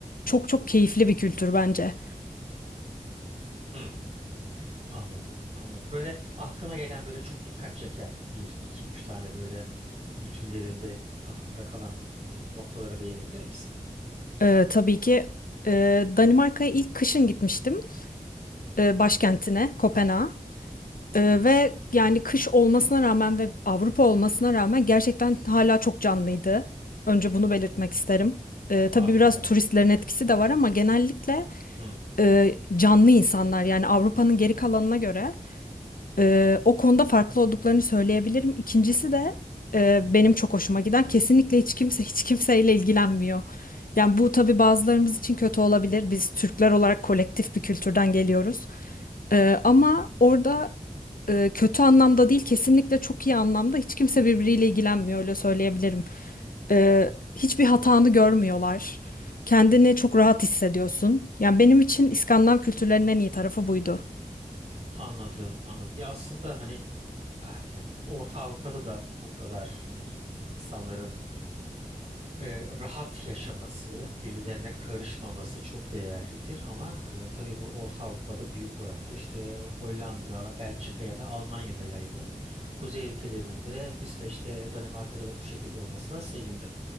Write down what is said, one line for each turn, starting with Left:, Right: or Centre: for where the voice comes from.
Left: çok çok keyifli bir kültür bence.
Right: Hmm. Anladım, anladım. Böyle aklına gelen böyle çok dikkat çeken bir, iki, üç tane böyle kültürlerinde aklında kalan e, noktalara değinebilir misin?
Left: Ee, tabii ki e, Danimarka'ya ilk kışın gitmiştim e, başkentine Kopenhag'a E, ve yani kış olmasına rağmen ve Avrupa olmasına rağmen gerçekten hala çok canlıydı. Önce bunu belirtmek isterim. E, tabii
Right: Harika.
Left: biraz turistlerin etkisi de var ama genellikle
Right: Hmm.
Left: e, canlı insanlar yani Avrupa'nın geri kalanına göre. Ee, o konuda farklı olduklarını söyleyebilirim. İkincisi de e, benim çok hoşuma giden kesinlikle hiç kimse hiç kimseyle ilgilenmiyor. Yani bu tabii bazılarımız için kötü olabilir. Biz Türkler olarak kolektif bir kültürden geliyoruz. Ee, ama orada e, kötü anlamda değil kesinlikle çok iyi anlamda hiç kimse birbiriyle ilgilenmiyor öyle söyleyebilirim. Ee, hiçbir hatanı görmüyorlar. Kendini çok rahat hissediyorsun. Yani benim için İskandinav kültürlerinin en iyi tarafı buydu.
Right: Anladım, anladım. Ya aslında hani ah, yani Orta Avrupa'da da bu kadar hani insanların E, rahat yaşaması, birbirlerine karışmaması çok değerlidir ama e, tabii bu Orta Avrupa'da büyük oranda işte Hollanda, Belçika ya da Almanya'da yaygın. Kuzey ülkelerinde, İsveç'te, Danimarka'da da bu şekilde olmasına sevindim.